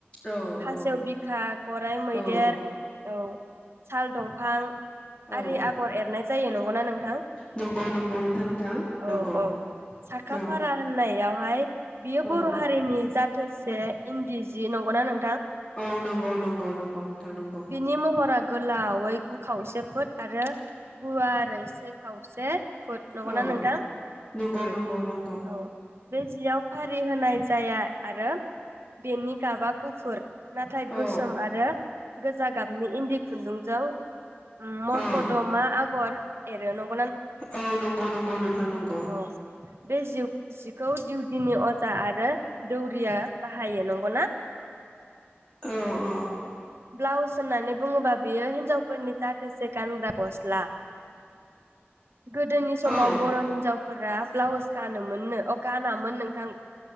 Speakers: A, on the left (about 25°); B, on the right (about 70°).
A: औ
B: खासेव
A: औ
B: बिखा गराइ मैदेर
A: औ
B: औ साल दं फां
A: औ
B: आरि आगर एरनाय जायो नंगौना नोंथां
A: नंगौ नंगौ नोंथां नोंथां नंगौ
B: औ औ साखा
A: औ
B: फारा होननायाव ओमफाय बियो
A: औ
B: बर हारिनि जा थोसे इन्दि जि नंगौना नों
A: औ नंगौ नंगौ नंगौ नोंथां नंगौ
B: बिनि महरा गोलावै गु खावसे फुट आरो गुवारै से खावसे फुद नंगौना
A: औ
B: नोंथां
A: नंगौ
B: उ
A: नंगौ नंगौ
B: औ बे जियाव फारि होनाय जाया आरो बेनि गाबा गुफुर नाथाय
A: औ
B: गोसोम आरो गोजा गाबनि इन्दि खुन्दुंजों मरख
A: औ
B: दमा आगर एरो नं
A: औ नंगौ नंगौ नोंथां नंगौ
B: औ बे जिउ जिखौ दिउदिनि अजा आरो- दौरिया बाहायो नंगौना?
A: औ औ
B: ब्लाउस होननानै बुङोबा बियो हिनजावफोरनि जाथोसे गानग्रा गस्ला गोदोनि समाव
A: औ
B: बर हिनजावफोरा ब्लाउस गानोमोननो अ गानामोन नोंथां।